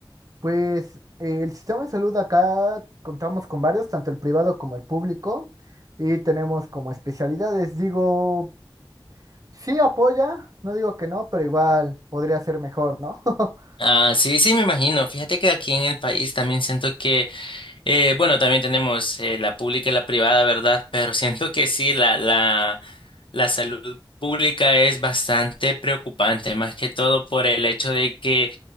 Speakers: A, on the right (about 45°); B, on the left (about 80°).
A: Pues eh, el sistema de salud acá contamos con varios, tanto el privado como el público, y tenemos como especialidades. Digo, sí apoya, no digo que no, pero igual podría ser mejor, ¿no? <laughs>
B: Ah, sí, sí, me imagino. Fíjate que aquí en el país también siento que Eh, bueno, también tenemos eh, la pública y la privada, ¿verdad? Pero <laughs> siento que sí, la, la, la salud pública es bastante preocupante, más que todo por el hecho de que,